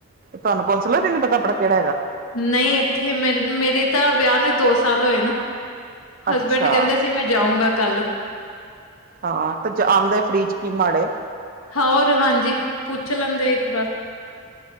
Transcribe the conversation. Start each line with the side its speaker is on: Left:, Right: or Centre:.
Right: ਤੁਆਨੂੰ ਕੋਂਸਿਲਰ ਈ ਨੀ ਪਤਾ ਅਪਣਾ ਕੇੜਾ ਐਗਾ।
Left: ਨਈ ਐਥੇ ਮੈਨ ਮੇਰੇ ਤਾ ਵਯਾ ਨੂੰ ਈ ਦੋ ਸਾਲ ਓਏ ਨਾ,
Right: ਅੱਛਾ
Left: ਹਸਬੈਂਡ ਕੈਂਦੇ ਕਿ ਮੈਂ ਜਾਊਗਾ ਕਾੱਲ।
Right: ਹਾਂ ਤੇ ਜ ਆਂਦੇ ਫਰੀਚ ਕੀ ਮਾੜੇ।
Left: ਹੋਰ ਹਾਂਜੀ, ਪੁੱਛ ਲੈਂਦੇ ਇੱਕ ਵਾਰ।